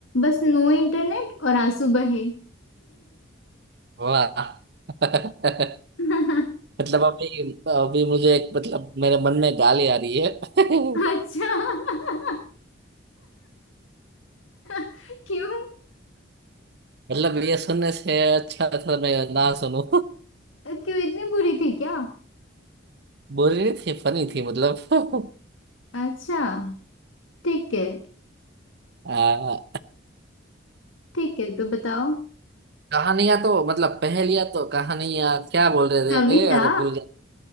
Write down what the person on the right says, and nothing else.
वाह <laughs>
मतलब अभी अभी मुझे एक मतलब मेरे मन में गाली आ रही है <laughs>
मतलब ये सुनने से अच्छा था मैं ना सुनूं
<laughs> बुरी नहीं थी फनी थी मतलब <laughs>
आ,
कहानियां तो मतलब पहेलियां तो कहानियां क्या बोल रहे
थे अरे भूल गया